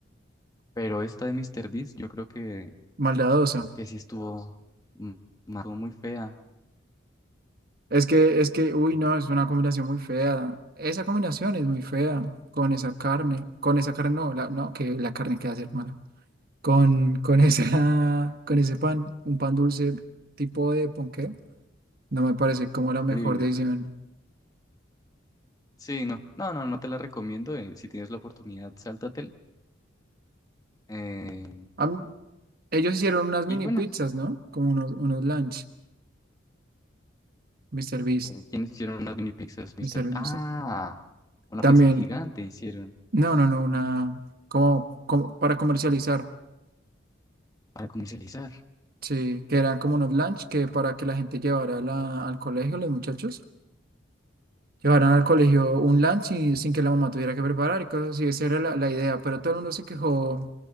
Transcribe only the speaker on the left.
Pero esta de Mr. Beast, yo creo que,
que sí estuvo, mm, ma- estuvo muy fea.
En-
Horrible,
horrible. Sí, no, no, no, no te la recomiendo. eh, si tienes la oportunidad, sáltatela. Eh,
y bueno,
eh, ¿quiénes hicieron unas mini pizzas, Mr.
Beast?
Ah,
una
pizza gigante hicieron
para comercializar.